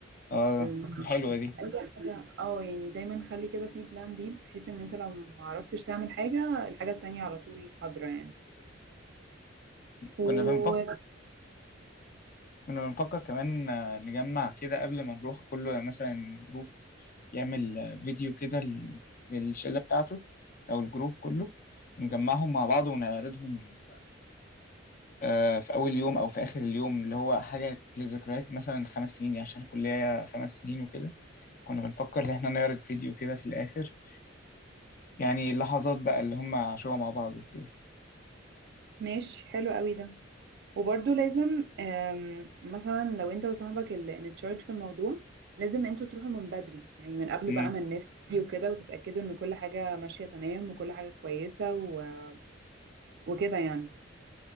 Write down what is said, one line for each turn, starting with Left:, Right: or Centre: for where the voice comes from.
Left: اه
Right: اي <laughs>
Left: حلوة دي
Right: حاجه اه يعني دايما خلي كده في بلان بي بحيث ان انت لو ما عرفتش تعمل حاجه الحاجه التانية على طول حاضره يعني و
Left: كنا بنفكر كنا بنفكر كمان آه، نجمع كده قبل ما نروح كله مثلا جروب يعمل آه، فيديو كده لل- للشلة بتاعته أو الجروب كله ونجمعهم مع بعض ونعرضهم آه، في أول يوم أو في آخر اليوم اللي هو حاجة لذكريات مثلا خمس سنين يعني عشان الكلية خمس سنين وكده فكنا بنفكر إن إحنا نعرض فيديو كده في الآخر يعني اللحظات بقى اللي هم عاشوها مع بعض وكده
Right: ماشي حلو قوي ده وبرضو لازم آم، مثلا لو انت وصاحبك اللي انتشارج في الموضوع لازم انتوا تروحوا من بدري يعني من قبل
Left: مم.
Right: بقى ما الناس تيجي وكده وتتأكدوا ان كل حاجة ماشية تمام وكل حاجة كويسة و- وكده يعني